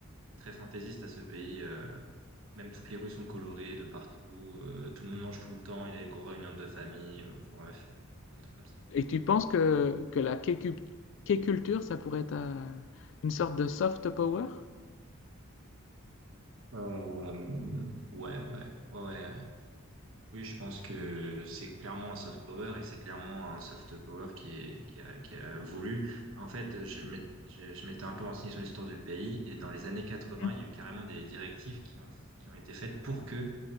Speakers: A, on the right (about 65°); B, on the left (about 55°).
A: très fantaisiste à ce pays. euh, Même toutes les rues sont colorées de partout. euh, Tout le monde mange tout le temps. Il y a des grosses réunions de famille. euh, Enfin bref, euh, plein de trucs comme ça.
B: et tu penses que, que la K-culture, ça pourrait être euh, une sorte de soft power?
A: Euh, ouais, ouais, ouais, ouais. Oui, je pense que c'est clairement un soft power et c'est clairement un soft power qui est, qui a, qui a voulu. En fait, je m'ét- je- je m'étais un peu renseigné sur l'histoire du pays et dans les années quatre-vingts,
B: Hmm.
A: il y a eu carrément des directives qui ont, qui ont été faites pour que